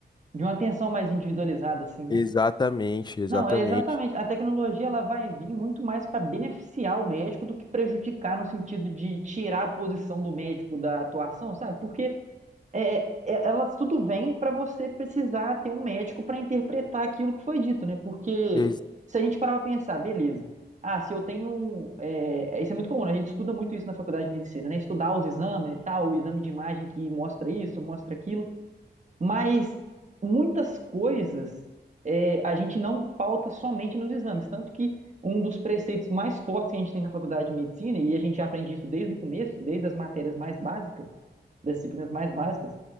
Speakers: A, on the right; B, on the left.
A: De uma atenção mais individualizada, assim, né?
B: Exatamente, exatamente.
A: Não, é exatamente. A tecnologia ela vai vir muito mais para beneficiar o médico do que prejudicar no sentido de tirar a posição do médico da atuação, sabe? Porque é, é- elas tudo vem para você precisar ter um médico para interpretar aquilo que foi dito, né? Porque
B: Ex-
A: se a gente parar para pensar, beleza. Ah, se eu tenho. um, é, isso é muito comum, né? A gente estuda muito isso na faculdade de medicina, né? Estudar os exames e tal, o exame de imagem que mostra isso, mostra aquilo. Mas muitas coisas é, a gente não pauta somente nos exames. Tanto que um dos preceitos mais fortes que a gente tem na faculdade de medicina, e a gente aprende isso desde o começo, desde as matérias mais básicas das disciplinas mais básicas,